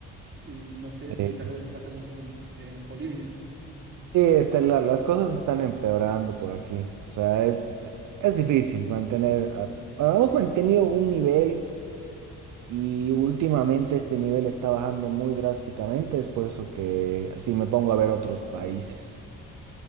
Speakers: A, on the right (about 40°); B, on the right (about 80°).
A: Y no sé si
B: Eh,
A: tal vez pase lo mismo en en Bolivia.
B: Sí, este, la- las cosas están empeorando por aquí. O sea, es, es difícil mantener. a- bueno, hemos mantenido un nivel y últimamente este nivel está bajando muy drásticamente. Es por eso que así me pongo a ver otros países.